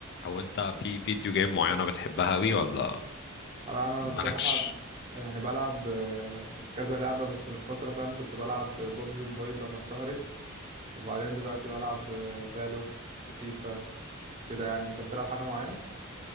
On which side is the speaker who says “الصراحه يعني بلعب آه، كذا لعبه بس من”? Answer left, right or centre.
Right